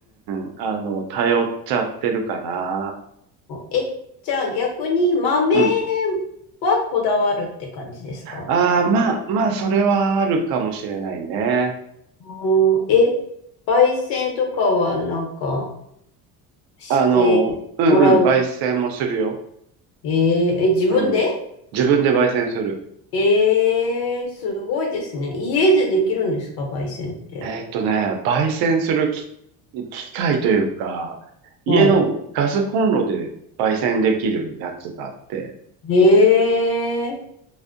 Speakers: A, on the right (about 65°); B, on the left (about 70°).
A: ん、あの、頼っちゃってるかな。
B: え、じゃあ逆に豆
A: うん。
B: はこだわるって感じですか
A: ああ、まあ、まあ、それはあるかもしれないね。
B: おん、え、焙煎とかはなんかしてもらう。
A: あの、うんうん、焙煎もするよ。
B: えー、え、自分で
A: うん。自分で焙煎する。
B: えー、すごいですね。家でできるんですか焙煎って。
A: えーっとね、焙煎するき機械というか、家のガスコンロで焙煎できるやつがあって、
B: はい。ええ